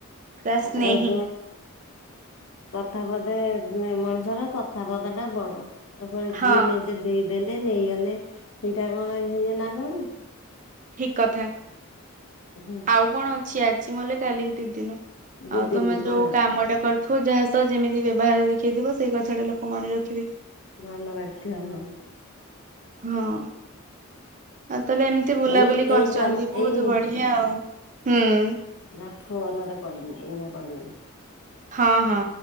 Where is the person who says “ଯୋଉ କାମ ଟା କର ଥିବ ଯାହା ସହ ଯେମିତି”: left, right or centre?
Right